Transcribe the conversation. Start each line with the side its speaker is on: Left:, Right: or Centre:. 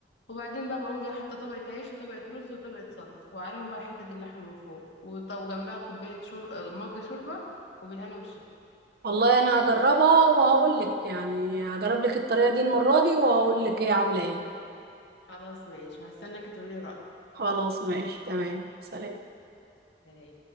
Left: وبعدين بقى بقوم جايه حاطه طبقه عيش وطبقه رز وطبقه صلصه وعليهم بقى حته اللحمه من فوق وط- وجنبها كوبايه شرب مج شوربه وبالهنا والشفا
Right: والله انا هجربها وهقول لك يعني هجرب لك الطريقة دي المرة دي وهقول لك هي عاملة ايه
Left: خلاص ماشي وهستناك تقولي رايك
Right: خلاص ماشي تمام سلام
Left: سلام